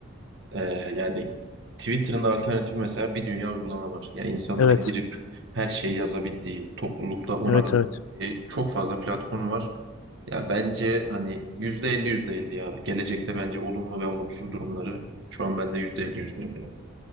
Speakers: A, on the right; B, on the left.
A: e, yani Twitter'ın alternatifi mesela bir dünya uygulama var. Yani insanların
B: Evet.
A: girip her şeyi yazabildiği, toplulukla onaylayabildiği
B: Evet, evet.
A: çok fazla platform var. Ya bence hani yüzde elli yüzde elli ya. Gelecekte bence olumlu ve olumsuz durumları şu an bende %50 yüzde elli. Yani